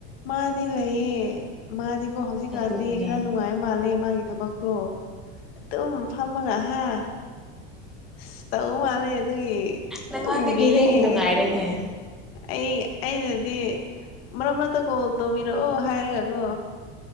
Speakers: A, on the left; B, in the centre.
A: ꯃꯥꯗꯤ ꯂꯩꯌꯦ ꯃꯥꯗꯤꯀꯣ ꯍꯧꯖꯤꯛꯀꯥꯟꯗꯤ
B: ꯑꯗꯨꯒꯤꯅꯦ
A: ꯈꯔ ꯅꯨꯡꯉꯥꯏꯕ ꯃꯥꯜꯂꯦ ꯃꯥꯒꯤ ꯊꯕꯛ ꯣ <unintelligible> ꯑꯦꯇꯝ ꯐꯥꯝꯃ ꯉ ꯍꯥꯏ ꯑꯁ ꯇꯧ ꯃꯥꯜꯂꯦ ꯑꯗꯨꯒꯤ
B: ꯅꯪꯉꯣꯟꯗꯒꯤ
A: ꯃꯨꯕꯤꯗꯥ
B: ꯍꯦꯟꯅ
A: ꯌꯦꯡꯉꯦ꯫
B: ꯅꯨꯡꯉꯥꯏꯔꯦꯅꯦ
A: ꯑꯩ ꯑꯩꯅꯗꯤ ꯃꯔꯛ ꯃꯔꯛꯇ ꯀꯣꯜ ꯇꯧꯕꯤꯔꯛꯑꯣ ꯍꯥꯏꯔꯒꯀꯣ꯫